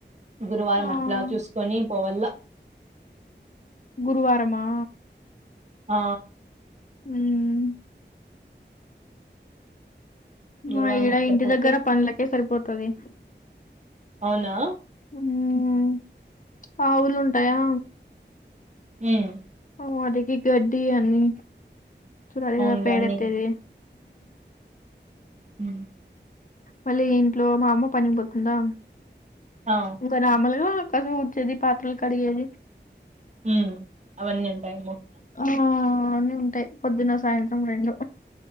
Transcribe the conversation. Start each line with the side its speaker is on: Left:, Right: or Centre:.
Right: గురువారం
Left: ఆ
Right: అట్లా చూసుకొని పోవల్ల
Left: గురువారమా
Right: ఆ
Left: ఉమ్ మా
Right: గురువారం
Left: ఈడ
Right: అట్లా
Left: ఇంటి
Right: పోతే
Left: దగ్గర పనులకే సరిపోతది
Right: అవునా
Left: ఉమ్ ఆవులు ఉంటయా
Right: ఉమ్
Left: వాటికి గడ్డి అన్ని చూడు అవేగా
Right: అవునులే
Left: పేడెట్టేది
Right: అన్నీ ఉ
Left: మళ్ళీ ఇంట్లో మా అమ్మ పనిపోతుందా
Right: ఆ
Left: ఇంకా నార్మల్గా కాసేపు ఊడ్చేది పాత్రలు కడిగేది
Right: ఉ అవన్నీ ఉంటాయి
Left: ఆ అన్ని ఉంటయి పొద్దున్న సాయంత్రం రెండు